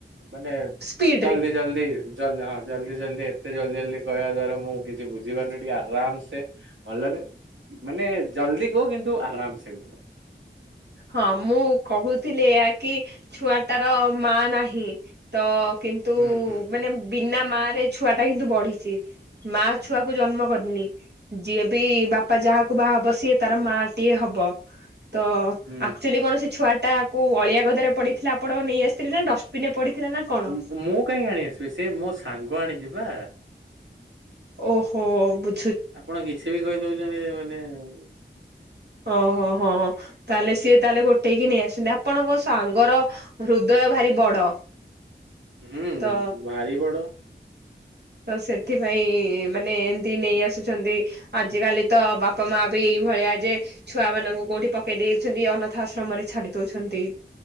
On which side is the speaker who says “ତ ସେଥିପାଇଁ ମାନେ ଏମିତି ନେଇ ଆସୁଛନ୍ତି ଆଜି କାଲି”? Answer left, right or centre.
Right